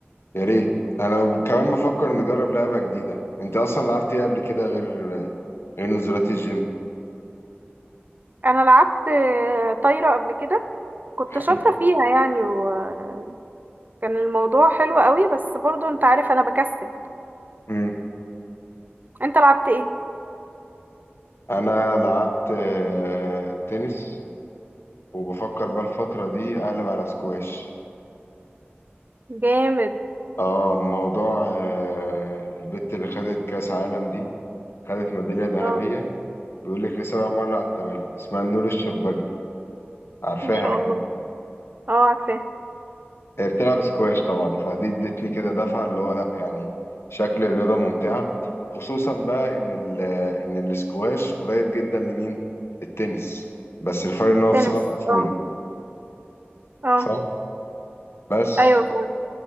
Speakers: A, on the left; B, on the right.
A: يا ريت انا كمان بفكر نجرب لعبه جديده انت اصلا لعبت ايه قبل كده غير غير نزولات الجيم
B: انا لعبت آه، طايرة قبل كده كنت
A: حلو
B: شاطرة فيها يعني وكان الموضوع حلو قوي بس برضو انت عارف انا بكسل
A: مم.
B: انت لعبت ايه
A: انا لعبت آه، تنس وبفكر بقى الفتره دي اقلب على سكواش
B: جامد
A: اه موضوع آه، البت اللي خدت كأس عالم دي خدت ميدالية ذهبية
B: اه
A: بيقول لك لسبع مرة على التوالي اسمها نور الشربجي عارفاها
B: ما شاء
A: أكيد
B: الله اه عارفاه
A: هي بتلعب سكواش طبعا فدي ادتني كده دفعة اللي هو لأ يعني شكل الرياضة ممتعة خصوصا بقى إن ال إن السكواش قريب جدا لمين؟ للتنس بس الفرق إن هو في
B: تنس
A: صالة مقفولة
B: اه اه
A: صح؟ بس
B: ايوه فعلا